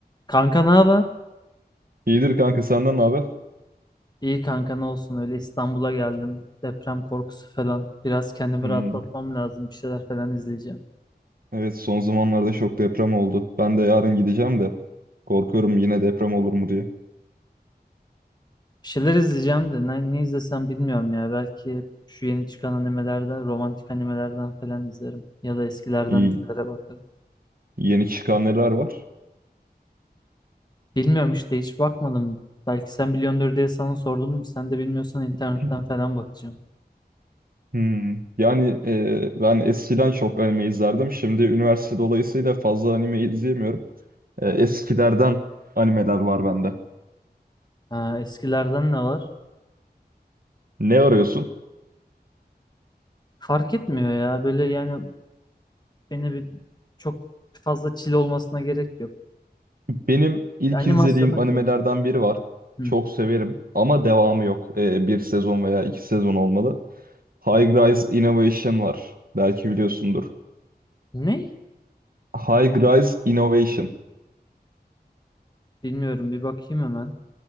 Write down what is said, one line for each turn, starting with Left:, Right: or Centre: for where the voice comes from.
Left: Kanka ne haber?
Right: İyidir kanka senden ne haber?
Left: İyi kanka ne olsun öyle İstanbul'a geldim. Deprem korkusu falan. Biraz kendimi
Right: Hmm,
Left: rahatlatmam lazım. Bir şeyler falan izleyeceğim.
Right: Evet son zamanlarda çok deprem oldu. Ben de yarın gideceğim de korkuyorum yine deprem olur mu diye.
Left: Bir şeyler izleyeceğim de ne, ne izlesem bilmiyorum ya. Belki şu yeni çıkan animelerden, romantik animelerden falan izlerim. Ya da eskilerden
Right: İyi,
Left: bir şeylere bakarım.
Right: yeni çıkan neler var?
Left: Bilmiyorum işte hiç bakmadım. Belki sen biliyordur diye sana sordum. Sen de bilmiyorsan internetten
Right: <clears throat>
Left: falan bakacağım.
Right: Hmm, Yani e, ben eskiden çok anime izlerdim. Şimdi üniversite dolayısıyla fazla anime izleyemiyorum. E, eskilerden animeler var bende.
Left: Ha, eskilerden ne var?
Right: Ne arıyorsun?
Left: Fark etmiyor ya. Böyle yani beni bir, çok fazla çile olmasına gerek yok.
Right: Benim ilk
Left: Animasyonu
Right: izlediğim animelerden
Left: güzel.
Right: biri var.
Left: Hı.
Right: Çok severim ama devamı yok. E, bir sezon veya iki sezon olmalı. High Rise Innovation var. Belki biliyorsundur.
Left: Ne?
Right: High Rise Innovation.
Left: Bilmiyorum. Bir bakayım hemen.